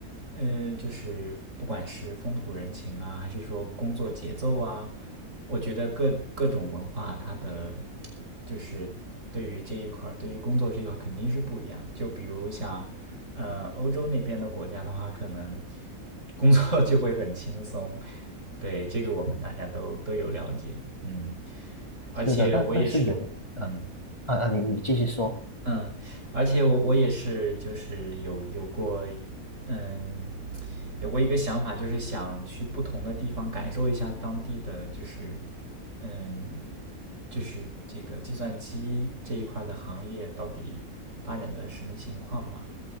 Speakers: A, on the right; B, on the left.
A: 呃，就是不管是风土人情啊，还是说工作节奏啊，我觉得各各种文化它的，就是对于这一块儿，对于工作这一块儿肯定是不一样。就比如像，呃，欧洲那边的国家的话，可能工作 <laughs> 就会很轻松，对，这个我们大家都都有了解，嗯。而且我也是，
B: 是的，但但是有呃
A: 嗯
B: 啊啊，你你继续说，
A: 嗯，而且我我也是，就是有有过，嗯，有过一个想法，就是想去不同的地方感受一下当地的，就是嗯，就是这个计算机这一块儿的行业到底发展的什么情况嘛？